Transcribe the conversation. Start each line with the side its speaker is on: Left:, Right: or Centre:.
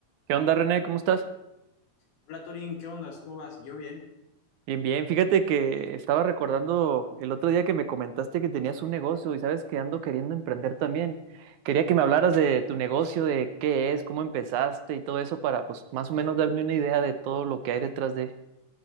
Right: ¿Qué onda, René? ¿Cómo estás?
Left: Hola Torín, ¿qué ondas? ¿Cómo vas? ¿Yo bien?
Right: Bien, bien. Fíjate que estaba recordando el otro día que me comentaste que tenías un negocio y sabes que ando queriendo emprender también. Quería que me hablaras de tu negocio, de qué es, cómo empezaste y todo eso para, pues, más o menos darme una idea de todo lo que hay detrás de.